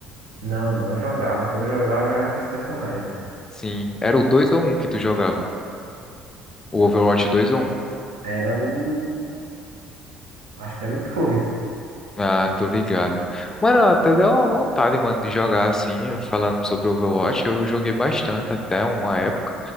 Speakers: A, on the right (about 85°); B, on the left (about 20°).
A: Não, não, eu jogava, mas quando eu jogava, eu jogava com esse personagem.
B: Sim. Era o 2 ou um que tu jogava? O Overwatch 2 ou um
A: Era o. Acho que era o Torres,
B: Ah, tô ligado. Mano, até deu uma vontade, mano, de jogar assim, falando sobre Overwatch. Eu joguei bastante até uma época.